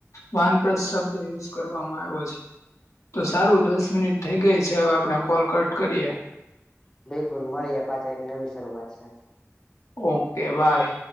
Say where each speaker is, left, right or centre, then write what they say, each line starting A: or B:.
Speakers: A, on the left; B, on the left.
A: વાનપ્લસ શબ્દ યુઝ કરવામાં આવ્યો છે. તો સારું દસ મિનિટ થઈ ગઈ છે, હવે આપડે કોલ કટ કરીએ.
B: બિલકુલ મળીએ પાછા એક નવી શરૂઆત સાથે.
A: Okay bye